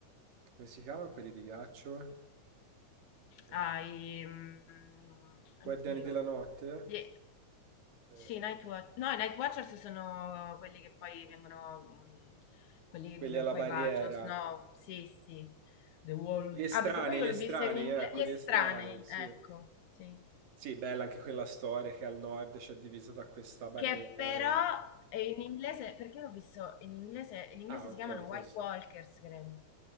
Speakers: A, on the right (about 85°); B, on the left (about 70°).
A: come si chiamano quelli di ghiaccio? Eh,
B: Ah, i mhmm,
A: Guardiani
B: oddio.
A: della notte?
B: Gli
A: Eh,
B: sì, Nightwa no, i Nightwatchers sono quelli che poi vengono mhmm, quelli
A: quelli
B: dove
A: alla
B: poi
A: barriera.
B: va Jon Snow. Sì, sì. The Wall.
A: Gli estranei,
B: Ah, perché poi io
A: gli
B: l'ho
A: estranei,
B: vista in ingle
A: ecco,
B: Gli Estranei,
A: gli estranei, sì.
B: ecco, sì.
A: Sì, bella anche quella storia che al nord c'è divisa da questa barriera.
B: Che però è in inglese perché l'ho visto in inglese in inglese
A: Ah, ok.
B: si chiamano
A: sì,
B: White
A: sì, sì.
B: Walkers credo.